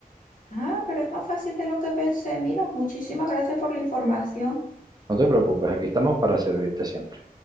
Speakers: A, on the left; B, on the right.
A: Ah, pero es más fácil de lo que pensé. Mira, muchísimas gracias por la información.
B: No te preocupes, aquí estamos para servirte siempre.